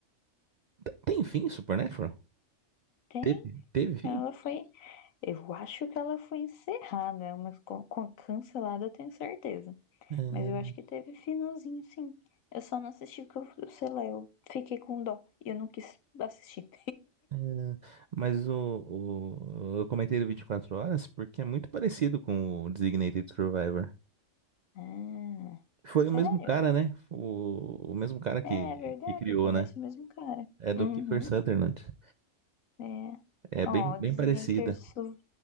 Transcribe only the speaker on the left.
Tem?
Ela foi. Eu acho que ela foi encerrada, mas com, com- cancelada eu tenho certeza.
Mas eu acho que teve finalzinho, sim. Eu só não assisti porque eu, sei lá, eu fiquei com dó e eu não quis assistir.
Ah,
sério?
É verdade,
parece
o mesmo cara.
Uhum.
É.
Ó, o
Designator
Su-